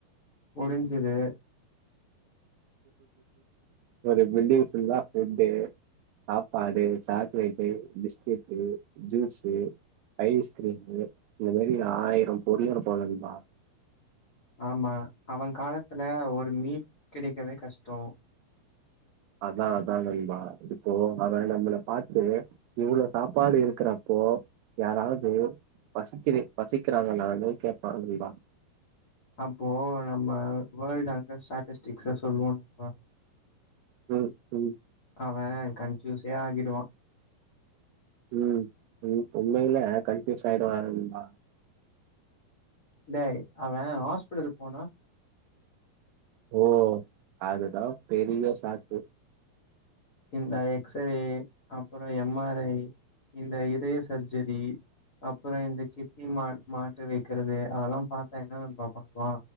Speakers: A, on the left; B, on the right.
A: முடிஞ்சது
B: ஒரு பில்டிங் ஃபுல்லா ஃபுட்டு சாப்பாடு சாக்லேட்டு பிஸ்கெட்டு ஜூஸு ஐஸ்கிரீமு இந்த மாரி ஆயிர பொருள் இருக்கு நண்பா
A: ஆமா அவ காலத்துல ஒரு மீன் கிடைக்கற்தே கஷ்டோ
B: அதா அதா நண்பா இப்போ அவ நம்மள பாத்து இவ்ளோ சாப்பாடு இருக்குறப்போ யாராவ்து பசிக்குது பசிக்றாங்கனானு கேப்பா நண்பா
A: அப்போ நம்ம வேர்ல்ட் அந்த ஸ்டாட்டிஸ்டிக்ஸ சொல்லுவோ நண்பா
B: ம் ம்
A: அவ கண்ஃப்யூஸே ஆகிடுவா
B: ம் ம் உண்மையில கண்ஃப்யூஸ் ஆயிடுவா நண்பா
A: டேய் அவ ஹாஸ்பிட்டலுக்கு போனா
B: ஓ அதுதா பெரிய ஃபேக்ட்டு
A: இந்த எக்ஸரே அப்றோ எம் ஆர் ஐ இந்த இதய சர்ஜரி அப்ற இந்த கிட்னி மா மாற்று வெக்கிறது அதெல்லா பாத்தா என்ன நண்பா பண்ணுவா